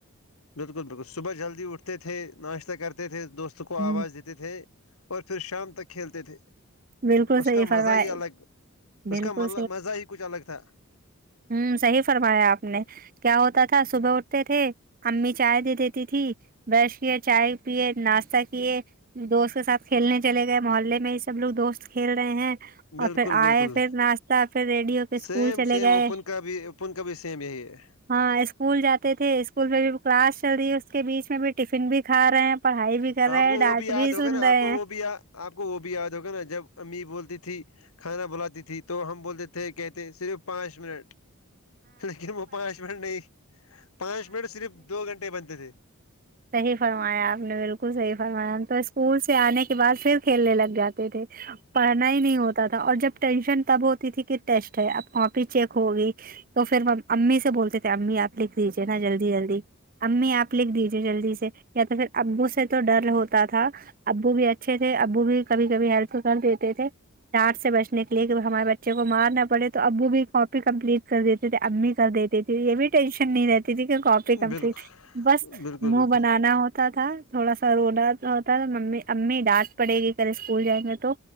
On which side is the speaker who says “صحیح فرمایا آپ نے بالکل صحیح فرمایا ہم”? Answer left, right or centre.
Right